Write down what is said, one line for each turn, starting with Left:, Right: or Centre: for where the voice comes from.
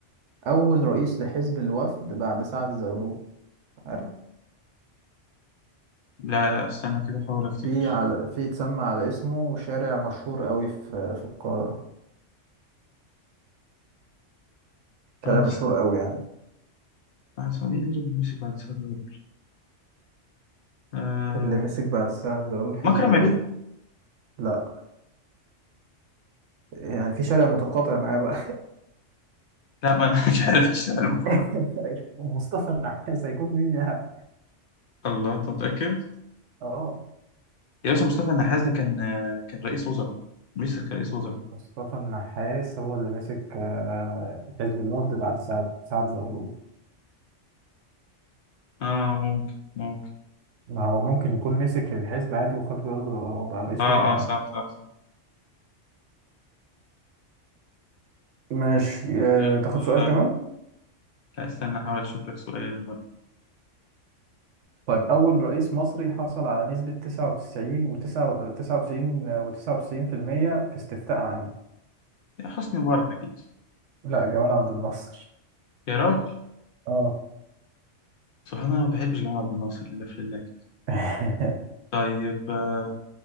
Right: أول رئيس لحزب الوفد بعد سعد الزغلول عارف
Left: لا لا استنى كده أحاول أفتكر
Right: في على في اتسمى على اسمه شارع مشهور قوي في في القاهرة
Left: بعد
Right: شارع مشهور
Left: سنة
Right: قوي يعني
Left: بعد سنة مين اللي ربنا يمسك بعد سنة دول؟ آه...
Right: اللي مسك بعد سعد الزغلول حزب
Left: مكرم
Right: الوفد
Left: عبيد
Right: لا يعني في شارع متقاطع معاه بقى
Left: لا ما أنا <laughs> مش عارف اشتغل مقدر
Right: <laughs> مصطفى النحاس هيكون مين يعني
Left: الله أنت متأكد؟
Right: اه
Left: يا باشا مصطفى النحاس ده كان كان رئيس وزراء مش كان رئيس وزراء
Right: مصطفى النحاس هو اللي مسك آه، حزب الوفد بعد سعد سعد زغلول
Left: اه ممكن ممكن
Right: ما هو ممكن يكون مسك الحزب عادي وخد برضه بقى رئيس
Left: اه
Right: وزراء عادي
Left: اه صح صح صح
Right: ماشي
Left: طيب
Right: آه، تاخد سؤال
Left: آه،
Right: كمان
Left: لا استنى احاول اشوف لك سؤال بقى
Right: طيب أول رئيس مصري حصل على نسبة 99 و 99 و 99% في المية في استفتاء عام
Left: يا حسني مبارك اكيد
Right: لا جمال عبد الناصر
Left: يا راجل
Right: اه
Left: سبحان الله ما بحبش جمال عبد الناصر لله في لله كده
Right: <laughs>
Left: طيب آه،